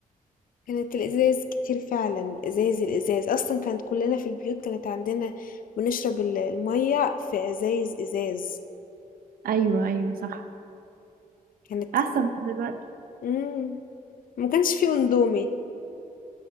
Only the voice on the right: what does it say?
ايوه ايوه صح
احسن من دلوقتي